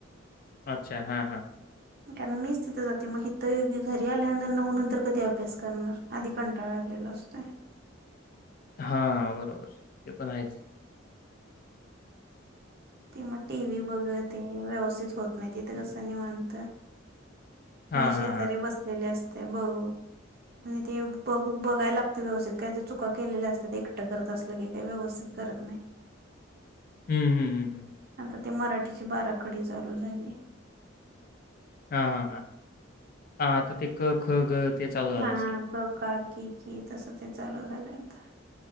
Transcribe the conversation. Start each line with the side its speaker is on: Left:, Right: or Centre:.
Left: अच्छा हा हा
Right: कारण मीच तिथं जाते मग हिथं घरी आल्यानंतर नऊ नंतर कधी अभ्यास करणार आधी कंटाळाला लेला असतोय.
Left: हा बरोबर ते पण आहेच.
Right: ते मग टी व्ही बघत व्यवस्थित होत नाही तिथे कसं निवांत.
Left: हां,
Right: मी शेजारी
Left: हां, हां.
Right: बसलेले असते ब आणि ते बघ बघायला लागत व्यवस्थित काय ते चुका केलेल्या असतात एकटं करत असलं की काय व्यवस्थित करत नाही.
Left: हम्म हम्म हम्म
Right: तर ते मराठीची बाराखडी चालू झाली.
Left: हा हा हा हा आता ते क ख ग.. ते चालू झालं
Right: हा
Left: असेल.
Right: क काकी की तसं ते चालू झालं आता.